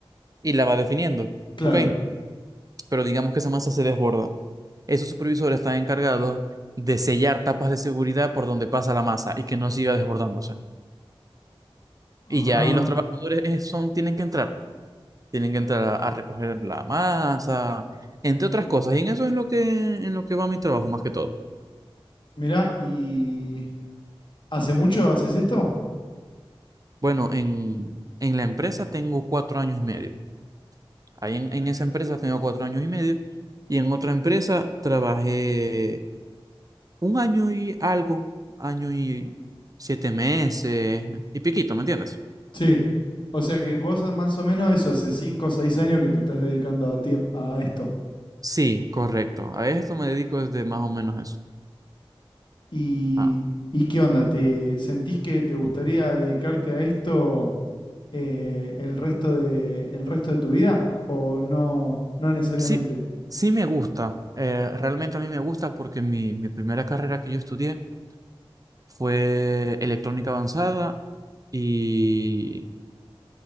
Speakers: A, on the right; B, on the left.
A: y la va definiendo.
B: claro.
A: Ok, pero digamos que esa masa se desborda. esos supervisores están encargados de sellar tapas de seguridad por donde pasa la masa y que no siga desbordándose. Y
B: Ah,
A: ya ahí los trabajadores eh, son, tienen que entrar, tienen que entrar a, a recoger la masa, entre otras cosas. Y en eso es lo que, en lo que va mi trabajo más que todo.
B: mira, ¿y hace mucho haces esto?
A: Bueno, en, en la empresa tengo cuatro años y medio. Ahí en, en esa empresa tengo cuatro años y medio. Y en otra empresa trabajé un año y algo, año y siete meses y piquito, ¿me entiendes?
B: Sí. O sea que vos a- más o menos eso, hace 5 o 6 años que te estás dedicando a, tiemp- a esto.
A: Sí, correcto. A esto me dedico desde más o menos eso.
B: ¿Y,
A: Ah,
B: y qué onda? ¿Te sentís que te gustaría dedicarte a esto eh, el resto de, el resto de tu vida? ¿O no, no necesariamente?
A: sí, sí me gusta. Eh, realmente a mí me gusta porque mi, mi primera carrera que yo estudié fue electrónica avanzada y